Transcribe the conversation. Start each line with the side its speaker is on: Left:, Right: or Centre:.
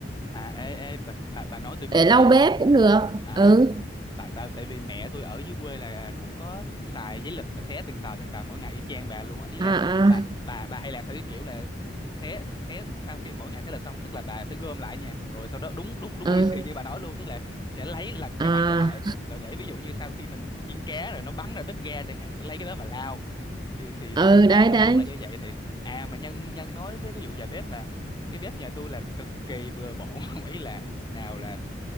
Left: à ê ê bà bà, bà nói tôi mới
Right: để
Left: nhớ
Right: lau bếp
Left: nha
Right: cũng được
Left: à
Right: ừ
Left: t- tại tại tại vì mẹ tôi ở dưới quê là cũng có xài giấy lịch mà xé từng tờ từng tờ mỗi ngày y chang bà luôn á ý
Right: à
Left: là
Right: à
Left: bà bà bà hay làm theo cái kiểu là xé xé sau khi mỗi ngày xé lịch xong tức là bà sẽ gom lại nha rồi sau đó đúng đúng đúng
Right: ừ
Left: y xì như bà nói luôn tức là sẽ lấy lật
Right: à
Left: cái mặt lại rồi để ví dụ như sau khi mình chiên cá rồi nó bắn ra bếp ga chẳng hạn sẽ lấy cái đó mà lao thì thì
Right: ừ
Left: thì đúng
Right: đấy
Left: là đúng
Right: đấy
Left: đúng là như vậy thiệt à mà nhân nhân nói với cái vụ dài bếp là cái bếp nhà tôi là cực kỳ bừa bộn <laughs> ý là nào là